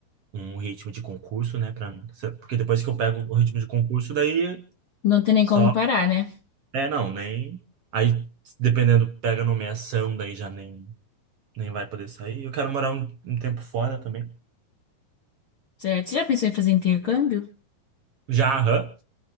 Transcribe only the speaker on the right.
um ritmo de concurso, né, para porque depois que eu pego o ritmo de concurso daí
só
é não, nem aí dependendo pega nomeação daí já nem nem vai poder sair. Eu quero morar um, um tempo fora também.
Já, aham,